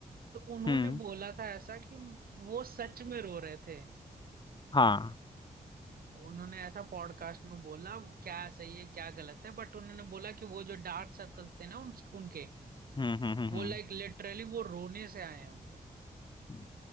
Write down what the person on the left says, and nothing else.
हम्म
हाँ
हम्म हम्म हम्म
हम्म
हम्म।